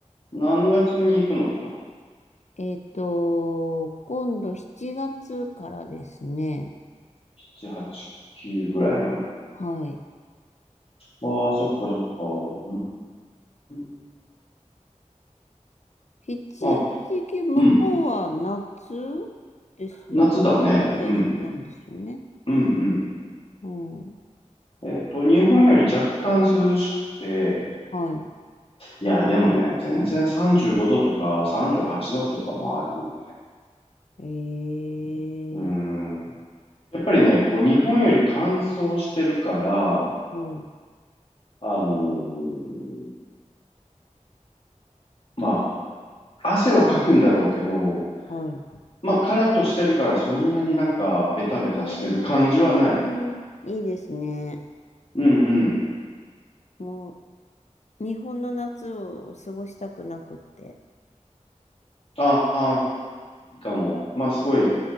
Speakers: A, on the left; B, on the left.
A: 何月に行くのかな
B: えっと、今度7月からですね。
A: ?7、8、9ぐらいの。
B: はい。
A: ああ、そっかそっか。うん
B: 7、
A: まあ、
B: 8、9、向こうは夏
A: うん。
B: ですよね。
A: 夏だね。
B: は一緒なんですよね。
A: うん。うん、うん。
B: うん。
A: えっと、日本より若干涼しくて、
B: はい。
A: いや、でもね、全然35度とか38度とかもあるも
B: ええ
A: ん。うん。やっぱりね、こう、日本より乾燥してるから、
B: はい、
A: あのーま汗はかくんだろうけど、
B: はい。
A: まあ、カラッとしてるからそんなになんかベタベタしてる感じはない。
B: うーん、いいですね。
A: うんうん。
B: もう、日本の夏を過ごしたくなくって。
A: ああ、いいかも。まあ、すごい